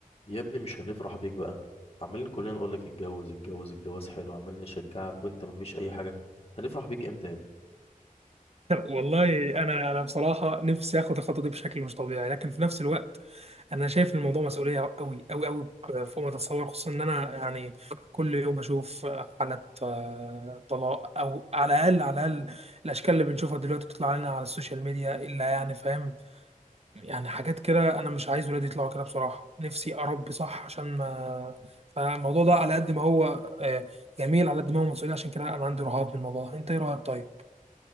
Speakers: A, on the left; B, on the right.
A: يا ابني مش هنفرح بيك بقى عمالين كلنا نقول لك اتجوز اتجوز الجواز حلو عمالين نشجعك وانت مفيش اي حاجه هنفرح بيك امتى يا ابني
B: والله انا انا بصراحه نفسي اخد الخطوه دي بشكل مش طبيعي لكن في نفس الوقت انا شايف الموضوع مسؤوليه قوي قوي قوي فوق ما تتصور خصوصا ان انا يعني كل يوم بشوف حالات آه، طلاق او على الاقل على الاقل الاشكال اللي بنشوفها دلوقتي بتطلع لنا على السوشيال ميديا الا يعني فاهم يعني حاجات كده انا مش عايز ولادي يطلعوا كده بصراحه نفسي اربي صح عشان ما فالموضوع ده على قد ما هو آه، جميل على قد ما هو مسؤوليه عشان كده انا عندي رهاب بالموضوع انت ايه رايك طيب